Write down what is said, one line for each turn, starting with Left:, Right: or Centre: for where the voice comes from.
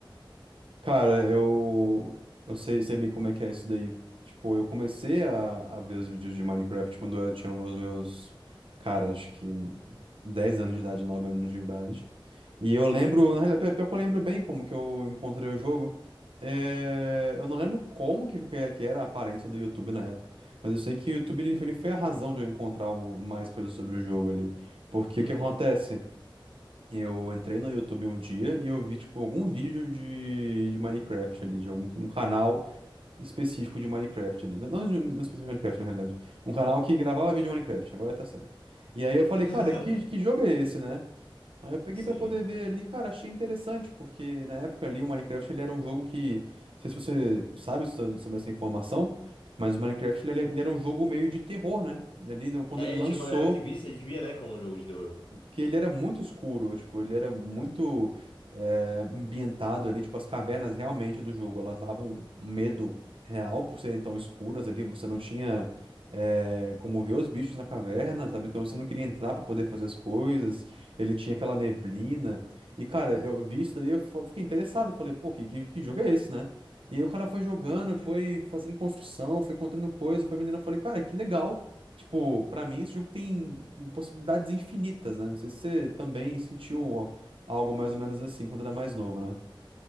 Right: Cara, eu, eu sei, sei bem como é que é isso daí. Tipo, eu comecei a, a ver os vídeos de Minecraft quando eu tinha os meus, cara, acho que 10 anos de idade, 9 anos de idade. E eu lembro, na realidade, pior que eu lembro bem como que eu encontrei o jogo. É, eu não lembro como que, que que era a aparência do YouTube na época, mas eu sei que o YouTube ele, ele foi a razão de eu encontrar o- mais coisas sobre o jogo ali. Porque
Left: Uhum.
Right: o que acontece? Eu entrei no YouTube um dia e eu vi, tipo, algum vídeo de, de Minecraft ali, de algum um canal específico de Minecraft ali. Não, não de- não específico de Minecraft, na realidade. Um canal que gravava vídeo de Minecraft, agora tá certo. E aí eu falei,
Left: <laughs>
Right: cara, que, que jogo é esse, né? Aí eu peguei
Left: Sim.
Right: pra poder ver ali, cara, achei interessante, porque na época ali o Minecraft ele era um jogo que, não sei se você sabe so- sobre essa informação, mas o Minecraft ele, ele era um jogo meio de terror, né? E Ali, quando
Left: É,
Right: ele lançou,
Left: tinha uma galera que visse e que via, né, como um jogo de terror.
Right: porque ele era muito escuro, tipo, ele era muito eh, ambientado ali, tipo, as cavernas realmente do jogo, elas davam um medo real por serem tão escuras ali, você não tinha eh, como ver os bichos na caverna, sabe? Então você não queria entrar pra poder fazer as coisas, ele tinha aquela neblina. E, cara, eu vi isso daí, eu fa- fiquei interessado, falei, pô, que, que, que jogo é esse, né? E aí o cara foi jogando, foi fazendo construção, foi encontrando coisa, foi vendendo. Eu falei, cara, que legal. Tipo, pra mim esse jogo tem possibilidades infinitas, né? Não sei se você também sentiu algo mais ou menos assim quando era mais novo, né?